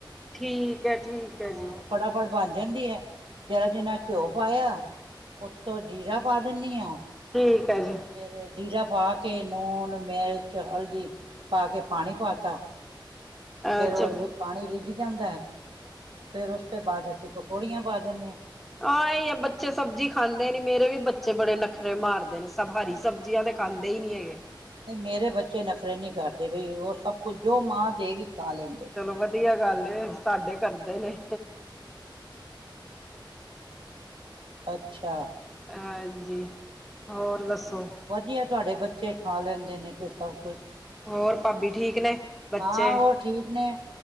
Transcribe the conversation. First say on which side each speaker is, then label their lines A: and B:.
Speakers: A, in the centre; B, on the right.
A: ਠੀਕ ਹੈ ਠੀਕ
B: ਹਾਂ,
A: ਹੈ ਜੀ
B: ਓ ਫਟਾਫਟ ਬਨ ਜਾਂਦੀ ਏ। ਜਰਾ ਜਿਨਾ ਘਓ ਪਾਏਆ ਉੱਤੋਂ ਜੀਰਾ ਪਾ ਦਿੰਨੀ ਆਂ।
A: ਠੀਕ ਐ ਜੀ।
B: ਫੇਰ ਜੀਰਾ ਪਾ ਕੇ ਲੂਣ, ਮਿਰਚ, ਹਲਦੀ ਪਾ ਕੇ ਪਾਣੀ ਪਾਤਾ। ਤਾ, ਫੇਰ
A: ਅੱਛਾ
B: ਓ ਪਾਣੀ ਰਿੱਝ ਜਾਂਦਾ ਐ, ਫੇਰ ਓਸ ਤੇ ਬਾਦ ਅਸੀ ਪਕੌੜੀਆਂ ਪਾ ਦੇਨੇ ਆਂ।
A: ਹਾਂ, ਏਈ ਐ ਬੱਚੇ ਸਬਜੀ ਖਾਂਦੇ ਨੀ, ਮੇਰੇ ਵੀ ਬੱਚੇ ਬੜੇ ਨੱਖਰੇ ਮਾਰਦੇ ਨੇ। ਸਭ ਹਰੀ ਸਬਜ਼ੀਆਂ ਤੇ ਖਾਂਦੇ ਈ ਨਹੀਂ ਹੈਗੇ।
B: ਨੀ ਮੇਰੇ ਬੱਚੇ ਨਖਰੇ ਨਹੀਂ ਕਰਦੇ ਬਈ, ਉਹ ਸਭ ਕੁਝ ਜੋ ਮਾਂ ਦਏਗੀ ਖਾ ਲੇਂ।
A: ਚਲੋ ਵਧੀਆ ਗੱਲ ਏ, ਸਾਡੇ ਕਰਦੇ ਨੇ।
B: ਅੱਛਾ।
A: ਹਾਂਜੀ, ਹੋਰ ਦੱਸੋ।
B: ਵਧੀਆ, ਤੁਹਾਡੇ ਬੱਚੇ ਖਾ ਲੈਂਦੇ ਨੇ 'ਤੇ ਸਭ ਕੁਛ।
A: ਹੋਰ ਭਾਬੀ ਠੀਕ? ਨੇ ਬੱਚੇ
B: ਹਾਂ, ਉਹ ਠੀਕ ਨੇ,